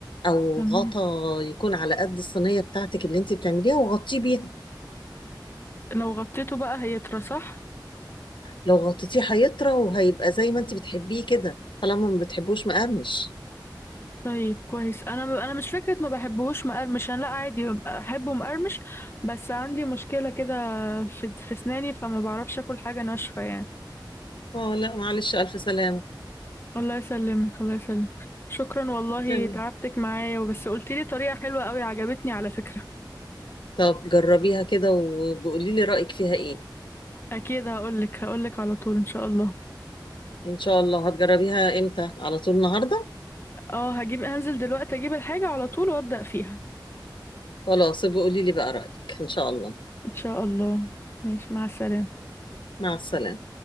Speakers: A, on the left; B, on the left.
A: او
B: تمام
A: غطا يكون على قد الصينيه بتاعتك اللي انت بتعمليها وغطيه بيها
B: لو غطيته بقى هيطرى صح
A: لو غطيتيه هيطرى وهيبقى زي ما انت بتحبيه كده طالما ما بتحبوش مقرمش
B: طيب كويس انا انا مش فكره ما بحبهوش مقرمش انا لا عادي احبه مقرمش بس عندي مشكله كده في في اسناني فما بعرفش اكل حاجه ناشفه يعني
A: اه لا معلش الف سلامه
B: الله يسلمك الله يسلمك شكرا والله
A: تمام
B: تعبتك معايا وبس قلتي لي طريقه حلوه قوي عجبتني على فكره
A: طب جربيها كده وبقولي لي رايك فيها ايه
B: اكيد هقولك هقولك على طول ان شاء الله
A: ان شاء الله هتجربيها امتى على طول النهارده
B: اه هجيب هنزل دلوقتي اجيب الحاجه على طول وابدا فيها
A: خلاص بقولي لي بقى رايك ان شاء الله
B: ان شاء الله ماشي مع السلامه
A: مع السلامه